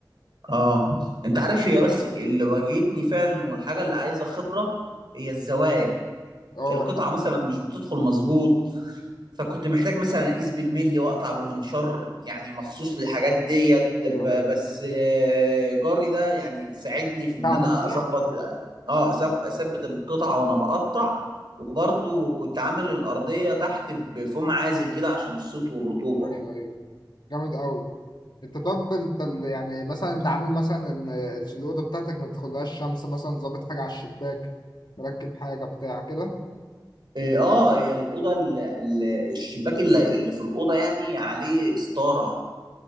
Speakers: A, on the right; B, on the left.
A: اه انت عارف هي بس اللي واجهتني فعلا والحاجة اللي عايزة خبرة هي الزوايا
B: اه
A: القطعة مثلا مش بتدخل مظبوط فكنت محتاج مثلا اقيس بالملي واقطع بمنشار يعني مخصوص للحاجات ديت ب-
B: ايوه ايوه
A: بس آه، جاري ده يعني ساعدني في ان
B: ساعدك
A: انا
B: صح؟
A: اظبط اه أثب- اثبت القطعه وانا بقطع وبرضو كنت عامل الارضيه تحت بفوم عازل كده عشان الصوت والرطوبه
B: ايوه ايوه جامد قوي انت طب انت ال- يعني مثلا انت عامل مثلا ان ال- الاوضه بتاعتك ما تدخلهاش شمس مثلا ظابط حاجه على الشباك مركب حاجه بتاع كده
A: اه آه، هي الاوضه ال- ال- الشباك اللي اللي في الاوضه يعني عليه ستاره